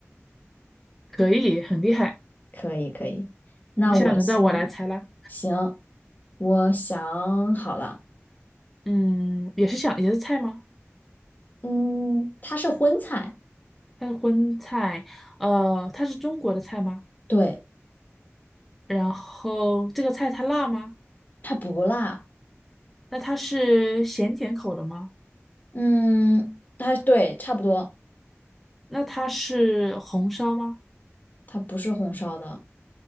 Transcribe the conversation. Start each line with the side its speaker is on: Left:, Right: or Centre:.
Centre: 可以，很厉害。
Left: 可以可以，那我先，
Centre: 那现在轮到我来猜啦。
Left: 行，我想好了，
Centre: 嗯，也是想也是菜吗？
Left: 嗯，它是荤菜，
Centre: 它是荤菜，呃，它是中国的菜吗？
Left: 对，
Centre: 然后这个菜它辣吗？
Left: 它不辣，
Centre: 那它是咸甜口的吗？
Left: 嗯，它对，差不多，
Centre: 那它是红烧吗？
Left: 它不是红烧的，